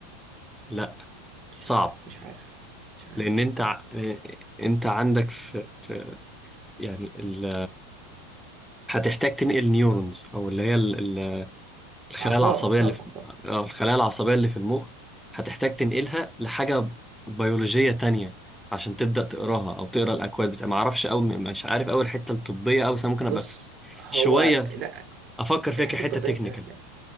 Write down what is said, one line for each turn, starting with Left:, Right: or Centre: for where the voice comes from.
Centre: لا
Right: مش
Centre: صعب
Right: عارف مش عارف مش عارف
Centre: لأن أنت
Right: بصراحة
Centre: ع- أنت عندك في في- يعني ال... هتحتاج تنقل نيورونز أو اللي هي ال- ال- الخلايا
Right: اعصاب
Centre: العصبية
Right: اعصاب
Centre: اللي في
Right: اعصاب
Centre: أو الخلايا العصبية اللي في المخ هتحتاج تنقلها لحاجة بيولوجية تانية عشان تبدأ تقراها أو تقرا الأكواد بتاع معرفش أوي مش عارف أوي الحتة الطبية أوي بس أنا ممكن
Right: بص
Centre: أبقى في-
Right: هو
Centre: شوية
Right: لا
Centre: افكر فيها
Right: الحتة
Centre: كحته
Right: الطبية
Centre: تكنيكال
Right: سهلة